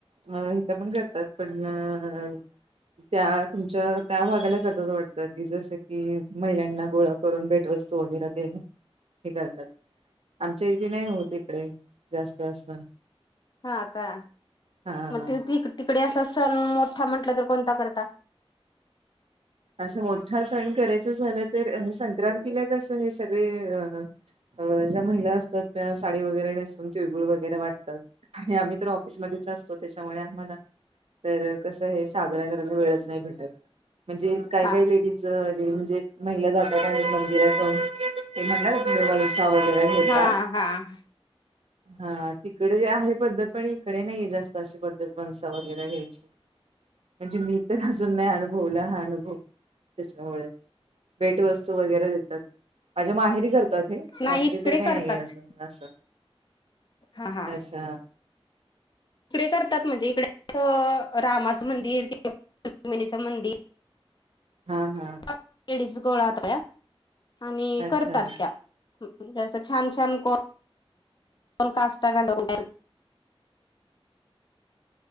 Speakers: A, on the right; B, on the left.
A: अ हिथ पण करतात पण अ, त्या तुमच्या त्या भागाला करतात वाटत तर की जस की महिलांना गोळा करून भेटवस्तू वगैरा देणे, हे करतात. आमच्या इथे नाही होत इकडे. तस
B: हा का
A: हा
B: मग तू ति तिकडे असं सन मोठा म्हटलं तर कोणता करता?
A: असं मोठा सण करायच झाल तर अ संक्रांतीला कस हे सगळे अ अ ज्या महिला असतात त्या साडी वगैरे नेसून, तिळगुळ वगैरे वाटतात. आणि आम्ही तर ऑफिसमध्येच असतो त्याच्यामुळे आम्हाला तर कसं हे साजरा करायला वेळच नाही भेटत म्हणजे काय
B: हा
A: काय लेडीज ज म्हणजे महिला जातात मंदिरात जाऊन ते म्हणलं ना देवाचा <inaudible> वंसा वगैरा घेतात
B: हा हा
A: हा तिकडे जे आहे पद्धत पण इकडे नाहीये जास्त अशी पद्धत वंसा वगैरे घ्यायची. म्हणजे मी तर अजून नाय, अनुभवला हा अनुभव. त्याच्यामुळे भेटवस्तू वगैरे देतात. माझ्या माहेरी करतात हे
B: नाही
A: सासरी
B: इकडे
A: तर काही
B: करतात
A: नाहीेये अजून असं.
B: हा हा
A: अच्छा.
B: इकडे करतात म्हणजे इकडे अस रामाचं मंदिर किंवा रुक्मिणीच मंदिर
A: हा हा.
B: लेडीज गोळा होता सगळ्या आणि
A: अच्छा
B: करतात त्या. म्हणजे अस छान-छान को कोण काष्टा घालून तयार